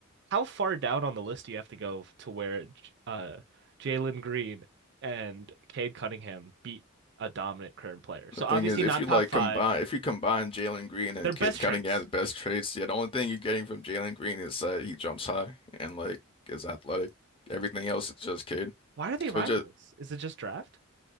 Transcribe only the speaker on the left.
The thing
is, if
you like
combine, if you combine Jalen Green and
Cade Cunningham's
best traits, yeah, the only thing you're getting from Jalen Green is that he jumps high and like is athletic. Everything else is just Cade.
So
just,